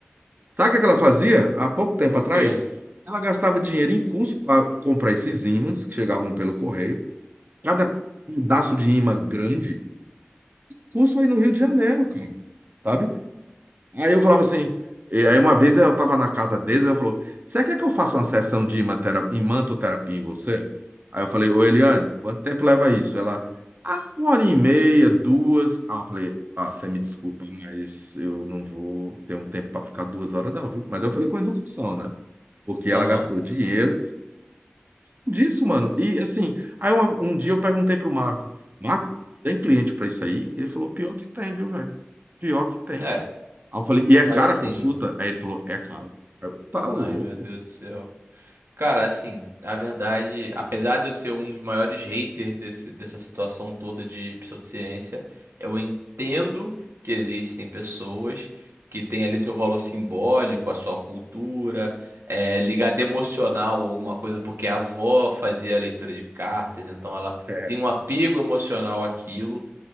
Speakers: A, on the right; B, on the right.
A: Sabe o que é que ela fazia há pouco tempo
B: O
A: atrás?
B: quê?
A: Ela gastava dinheiro em curso para comprar esses ímãs que chegavam pelo correio. Cada pedaço de imã grande, curso aí no Rio de Janeiro, cara, sabe? Aí eu falava assim, e aí uma vez eu tava na casa deles, ela falou, você quer que eu faça uma sessão de imatera- imantoterapia em você? Aí eu falei, ô Eliane, quanto tempo leva isso? Ela, ah, uma hora e meia, duas. Ah, eu falei, ah, você me desculpa, mas eu não vou ter um tempo para ficar duas horas não, viu? Mas eu falei com educação, né? Porque
B: Aham.
A: ela gastou dinheiro. Disso, mano. E assim, aí uma- um, dia eu perguntei pro Marco, Marco, tem cliente para isso aí? Ele falou, pior que tem, viu, velho? Pior que tem.
B: É,
A: Aí eu falei, e é
B: mas
A: cara
B: assim,
A: a consulta? Aí ele falou, é caro. Aí Eu, tá louco?
B: ai meu Deus do céu. Cara, assim, a verdade, apesar de eu ser um dos maiores haters desse- dessa situação toda de pseudociência, eu entendo que existem pessoas que têm ali seu valor simbólico, a sua cultura, é, ligada emocional ou alguma coisa, porque a avó fazia leitura de cartas, então ela
A: É,
B: tem um apego emocional àquilo.